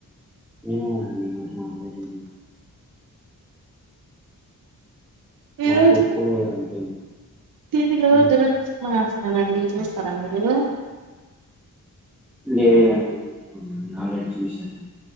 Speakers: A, in the centre; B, on the right (about 65°).
A: ఏమో అండి మరి మాకు తెలీదు
B: ఈ
A: మాకెప్పుడు
B: రోజు
A: అంతే అండి.
B: టీవీలో
A: ఉమ్.
B: దురదృష్టమా అవన్నీ చూస్తారా మీరు
A: లేదండి ఆల్రెడీ చూసాను